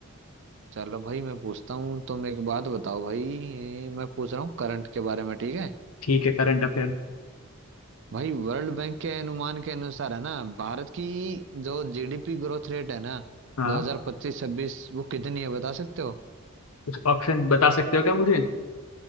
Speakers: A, on the right; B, on the left.
A: चलो भाई मैं पूछता हूँ तुम एक बात बताओ भाई मैं पूछ रहा हूँ करंट के बारे में ठीक है
B: ठीक है करंट अफेयर
A: भाई वर्ल्ड बैंक के अनुमान के अनुसार है ना भारत की जो जीडीपी ग्रोथ रेट है ना
B: हाँ
A: 2025-26 वो कितनी है बता सकते हो
B: कुछ ऑप्शन बता सकते हो क्या मुझे